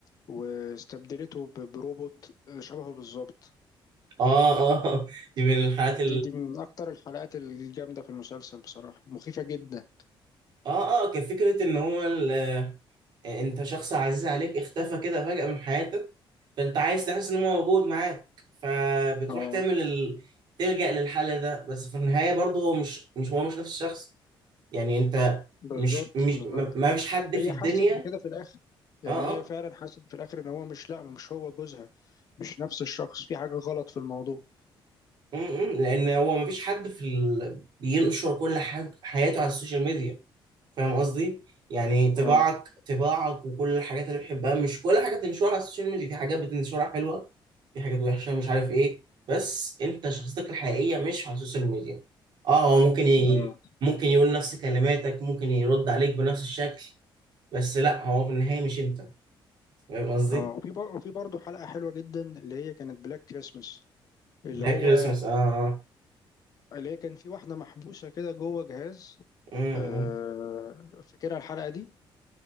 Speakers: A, on the left (about 45°); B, on the right (about 55°).
A: واستبدلته ب- بروبوت شبهه بالظبط
B: اه اه <laughs> دي من الحالات
A: دي دي من أكتر الحلقات الجامدة في المسلسل بصراحة مخيفة جدا
B: اه اه كفكرة ان هو ال... آه، انت شخص عزيز عليك اختفى كده فجأة من حياتك فانت عايز تحس ان هو موجود معاك فبتروح
A: اه
B: تعمل ال... تلجأ للحل ده بس في النهاية برضه هو مش مش هو مش نفس الشخص يعني انت
A: بالظبط
B: مش مش
A: بالظبط
B: ما ما فيش حد في
A: هي
B: الدنيا
A: حست بكده في الآخر يعني
B: اه
A: هي
B: اه
A: فعلا حست في الآخر إن هو مش لأ مش هو جوزها مش نفس الشخص في حاجة غلط في الموضوع
B: م- م، لان هو ما فيش حد في ال... بينشر كل حاجة حياته على السوشيال ميديا فاهم قصدي يعني طباعك
A: اه
B: طباعك وكل الحاجات اللي بتحبها مش كل حاجه بتنشرها على السوشيال ميديا في حاجات بتنشرها حلوه في حاجات وحشه مش عارف ايه بس انت شخصيتك الحقيقيه مش على السوشيال ميديا اه هو ممكن ي...
A: اه
B: ممكن يقول نفس كلماتك ممكن يرد عليك بنفس الشكل بس لا هو في النهايه مش انت فاهم قصدي
A: اه وفي بر- وفي برضه حلقة حلوة جدا اللي هي كانت بلاك كريسمس اللي
B: بلاك
A: هو
B: كريسمس اه آه.
A: اللي هي كان في واحدة محبوسة كده جوه جهاز
B: آه.
A: آه،
B: م- م.
A: فاكرها الحلقة دي